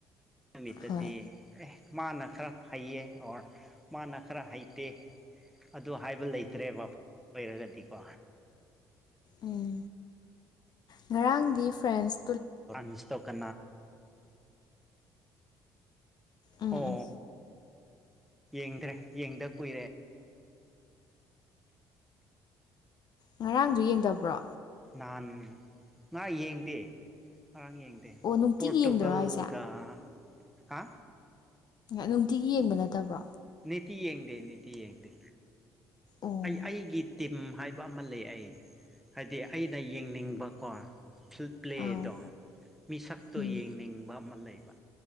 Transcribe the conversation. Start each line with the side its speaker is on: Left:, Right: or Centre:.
Centre: ꯅꯨꯃꯤꯠꯇꯗꯤ
Left: ꯍꯣꯏ
Centre: ꯑꯦ ꯃꯥꯅ ꯈꯔ ꯍꯩꯌꯦ ꯑꯣꯔ ꯃꯥꯅ ꯈꯔ ꯍꯩ ꯅꯠꯇꯦ ꯑꯗꯨ ꯍꯥꯏꯕ ꯂꯩꯇ꯭ꯔꯦꯕ ꯑꯣꯏꯔꯒꯗꯤꯀꯣ
Left: ꯎꯝ ꯉꯔꯥꯡꯗꯤ ꯐ꯭ꯔꯦꯟꯁ
Centre: ꯟꯁꯇꯣ ꯀ
Left: ꯎꯝ
Centre: ꯑꯣ
Left: ꯎꯝ
Centre: ꯌꯦꯡꯗ꯭ꯔꯦ ꯌꯦꯡꯗ ꯀꯨꯏꯔꯦ
Left: ꯉꯔꯥꯡꯗꯨ ꯌꯦꯡꯗꯕ꯭ꯔꯣ
Centre: ꯅꯍꯥꯟ ꯉ ꯌꯦꯡꯗꯦ ꯑꯔꯥꯡ ꯌꯦꯡꯗꯦ
Left: ꯑꯣ ꯅꯨꯡꯇꯤꯒꯤ
Centre: ꯄꯣꯔꯇꯨꯒꯜꯒ
Left: ꯌꯦꯡꯗ꯭ꯔꯣ ꯍꯥꯏꯁꯦ
Centre: ꯍꯥ
Left: ꯅꯨꯡꯇꯤꯒꯤ ꯌꯦꯡꯕ ꯅꯠꯇꯕ꯭ꯔꯣ
Centre: ꯅꯤꯇꯤ ꯌꯦꯡꯗꯦ ꯅꯤꯇꯤ ꯌꯦꯡꯗꯦ
Left: ꯑꯣ
Centre: ꯑꯩ ꯑꯩꯒꯤ ꯇꯤꯝ ꯍꯥꯏꯕ ꯑꯃ ꯂꯩ ꯑꯩ ꯍꯥꯏꯗꯤ ꯑꯩꯅ ꯌꯦꯡꯅꯤꯡꯕꯀꯣ ꯐꯤꯜ ꯄ꯭ꯂꯦꯗꯣ
Left: ꯑꯥꯎ
Centre: ꯃꯤꯁꯛꯇꯣ
Left: ꯎꯝ
Centre: ꯌꯦꯡꯅꯤꯡꯕ ꯑꯃ ꯂꯩꯕ